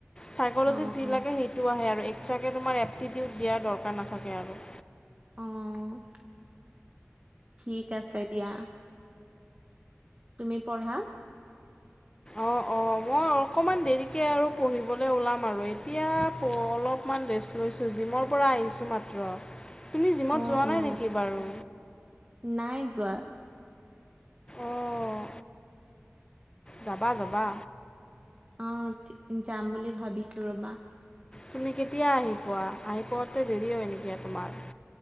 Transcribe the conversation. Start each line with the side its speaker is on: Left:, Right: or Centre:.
Left: চাইক'লজিত
Right: অ
Left: যি
Right: অ
Left: লাগে সেই টো আহে আৰু এক্সট্ৰাকৈ তোমাৰ এপ্টিটিউড দিয়াৰ দৰকাৰ নাথাকে আৰু।
Right: অ', ঠিক আছে দিয়া। তুমি পঢ়া।
Left: অ', অ' ম মই অকণমান দেৰিকে আৰু পঢ়িবলে ওলাম আৰু এতিয়া প অলপমান ৰেষ্ট লৈছোঁ। জিমৰ পৰা আহিছোঁ মাত্ৰ। তুমি জিমত
Right: অ
Left: যোৱা
Right: অ
Left: নাই নেকি বাৰু?
Right: নাই যোৱা।
Left: অঁ যাবা, যাবা।
Right: অঁ', যাম বুলি ভাবিছোঁ ৰ'বা।
Left: তুমি কেতিয়া আহি পোৱা? আহি পোৱাতে দেৰি হয় নেকি তোমাৰ?